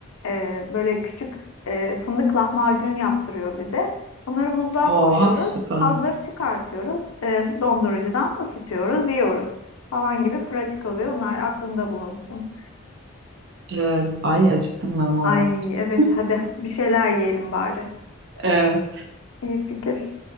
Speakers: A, on the left; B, on the right.
A: E, böyle küçük e, fındık lahmacun yaptırıyor bize. Onları buzluğa
B: Oh,
A: koyuyoruz,
B: süper.
A: hazır çıkartıyoruz, e, dondurucudan ısıtıyoruz, yiyoruz falan gibi pratik oluyor. Onlar aklında bulunsun.
B: Evet. Ay acıktım ben valla.
A: Ay evet
B: <laughs>
A: hadi bir şeyler yiyelim bari.
B: Evet.
A: İyi fikir.